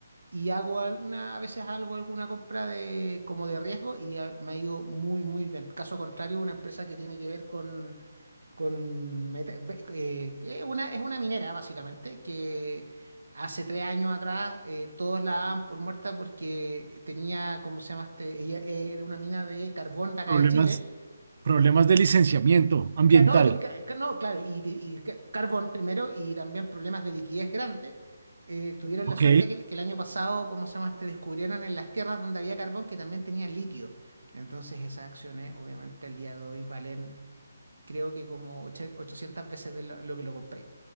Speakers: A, on the right (about 80°); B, on the right (about 55°).
A: y hago alguna, a veces algo, alguna compra de, como de riesgo y ah, me ha ido muy, muy bien. Caso contrario, una empresa que tiene que ver con con meta- ve- eh, que es una, es una minera básicamente que hace tres años atrás eh, todos la daban por muerta porque tenía, ¿cómo se llama este? Ella eh, era una mina de carbón de acá
B: Problemas,
A: de Chile.
B: problemas de licenciamiento ambiental.
A: Ca- No, de ca- ca- no, claro, y, y ca- carbón primero y también problemas de liquidez grandes. Eh, tuvieron
B: Ok.
A: la suerte que, que el año pasado, ¿cómo se llama este? Descubrieron en las tierras donde había carbón que también tenía litio. Entonces esas acciones, obviamente, el día de hoy valen, creo que como ocho- 800 veces de lo, lo que lo compré.